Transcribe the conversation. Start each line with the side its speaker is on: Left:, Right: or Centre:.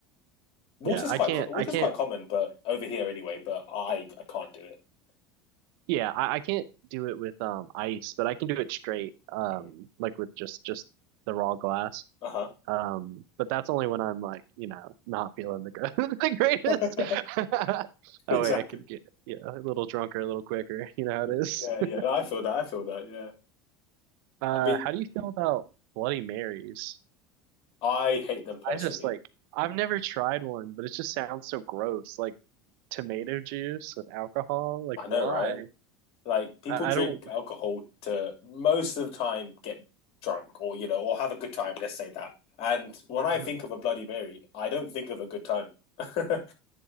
Left: Water's
Right: yeah, I
Left: quite
Right: can't
Left: co- water's
Right: I can't
Left: quite common, but over here anyway. But I I can't do it.
Right: yeah I, I can't do it with um ice, but I can do it straight um
Left: Mhm.
Right: like with just just the raw glass.
Left: Uh-huh.
Right: Um, but that's only when I'm like, you know, not feeling the good, <laughs> the greatest.
Left: <laughs>
Right: <laughs> That
Left: Exactly.
Right: way I can get, you know, a little drunker, a little quicker. You know how it is.
Left: Yeah, yeah.
Right: <laughs>
Left: I feel that. I feel that. Yeah.
Right: Uh,
Left: I mean,
Right: how do you feel about Bloody Marys?
Left: I hate them personally.
Right: I just like, I've never tried one, but it just sounds so gross. Like tomato juice with alcohol. Like,
Left: I
Right: why?
Left: know, right? Like people
Right: I,
Left: drink
Right: I don't.
Left: alcohol to most of the time get drunk or you know or have a good time, let's say that. And when I
Right: <laughs>
Left: think of a Bloody Mary, I don't think of a good time. <laughs>